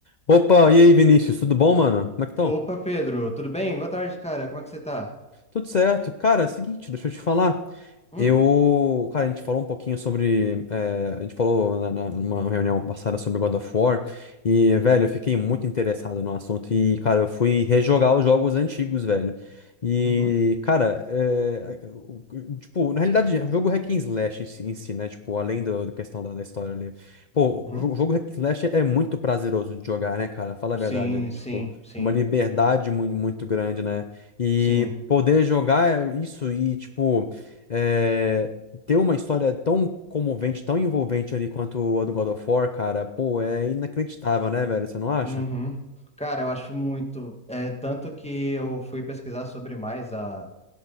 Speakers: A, on the left; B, in the centre.
A: Opa, e aí, Vinícius, tudo bom, mano? Como é que estão?
B: Opa, Pedro, tudo bem? Boa tarde, cara. Como é que você tá?
A: Tudo certo. Cara, é o seguinte, deixa eu te falar.
B: Hum,
A: Eu. Cara, a gente falou um pouquinho sobre. eh, a gente falou na, na- numa reunião passada sobre God of War. E, velho, eu fiquei muito interessado no assunto. E, cara, eu fui rejogar os jogos antigos, velho. E,
B: uhum,
A: cara, eh, o- o- tipo, na realidade, o jogo Hack and Slash em si, em si, né? Tipo, além do, do questão da, da história ali. Pô,
B: uhum.
A: o jo- o jogo Hack and Slash é muito prazeroso de jogar, né, cara? Fala a verdade
B: Sim,
A: ali,
B: sim,
A: tipo,
B: sim,
A: é uma liberdade muito, muito grande, né? E
B: sim.
A: poder jogar isso e, tipo, é, ter uma história tão comovente, tão envolvente ali quanto a do God of War, cara, pô, é inacreditável, né, velho? Você não acha?
B: Uhum. Cara, eu acho muito. É, tanto que eu fui pesquisar sobre mais a,